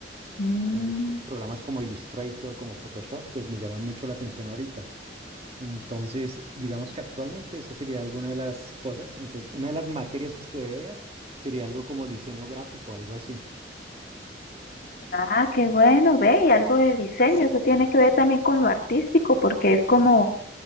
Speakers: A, on the left; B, on the right.
A: mm.
B: Entonces, co- programas como Illustrator, como Photoshop, pues me llaman mucho la atención ahorita. Entonces, digamos que actualmente esa sería alguna de las cosas. Entonces, una de las materias que estudiaría sería algo como diseño gráfico, algo así.
A: Ah, qué bueno, ve, y algo de diseño, eso tiene que ver también con lo artístico, porque es como,